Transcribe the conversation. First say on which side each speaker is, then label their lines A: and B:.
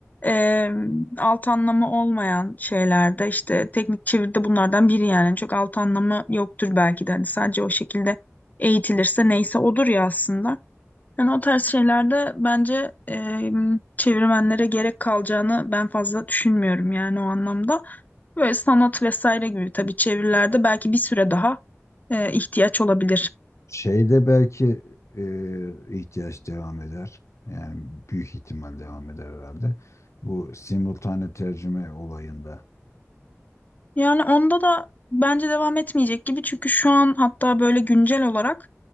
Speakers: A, on the left; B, on the left.
A: e, alt anlamı olmayan şeylerde işte teknik çeviride bunlardan biri yani çok alt anlamı yoktur belki de hani sadece o şekilde eğitilirse neyse odur ya aslında. Yani o tarz şeylerde bence e, çevirmenlere gerek kalacağını ben fazla düşünmüyorum yani o anlamda. Böyle sanat vesaire gibi tabii çevirilerde belki bir süre daha e, ihtiyaç olabilir.
B: Şeyde belki e, ihtiyaç devam eder. Yani büyük ihtimal devam eder herhalde. Bu simultane tercüme olayında
A: Yani onda da bence devam etmeyecek gibi çünkü şu an hatta böyle güncel olarak